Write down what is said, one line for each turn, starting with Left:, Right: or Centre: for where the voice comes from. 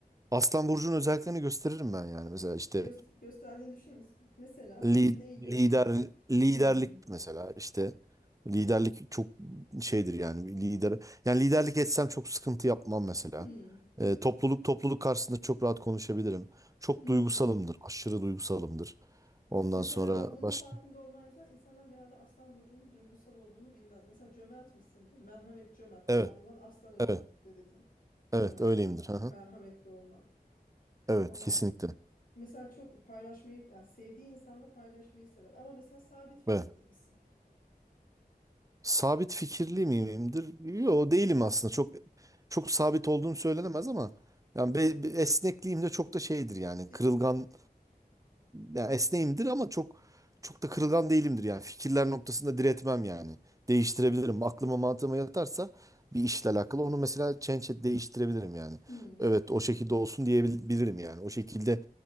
Right: Aslan burcunun özelliklerini gösteririm ben yani mesela işte
Left: Göster gösterdiğini düşünür müsün? Mesela
Right: Li-
Left: neyi göster?
Right: lider liderlik
Left: Hmm,
Right: mesela işte liderlik çok şeydir yani bir lider yani liderlik etsem çok sıkıntı yapmam mesela.
Left: hmm,
Right: Ee, topluluk topluluk karşısında çok rahat konuşabilirim. Çok
Left: hmm.
Right: duygusalımdır. Aşırı duygusalımdır. Ondan
Left: Mesela
Right: sonra
Left: bak bunun
Right: başka
Left: farkında olman güzel. İnsanlar genelde aslan burcunun duygusal olduğunu bilmez. Mesela cömert misindir? Merhamet cömert. Mesela
Right: Evet,
Left: bundan aslan özellikleridir.
Right: evet, evet
Left: Cömert
Right: öyleyimdir.
Left: olmak,
Right: Hı hı.
Left: merhametli olmak.
Right: Evet,
Left: Ondan
Right: kesinlikle.
Left: s- mesela çok paylaşmayı, yani sevdiği insanla paylaşmayı sever. Ama mesela sabit fikirde
Right: Evet.
Left: misin?
Right: Sabit fikirli miyimdir? Yo değilim aslında. Çok çok sabit olduğum söylenemez ama yani be- be- esnekliğim de çok da şeydir yani.
Left: Di-
Right: Kırılgan yani esneğimdir ama çok çok da kırılgan değilimdir yani. Fikirler noktasında diretmem yani. Değiştirebilirim. Aklıma mantığıma yatarsa bir işle alakalı onu mesela change et- değiştirebilirim yani.
Left: Hmm,
Right: Evet o şekilde olsun diyebilirim yani. O şekilde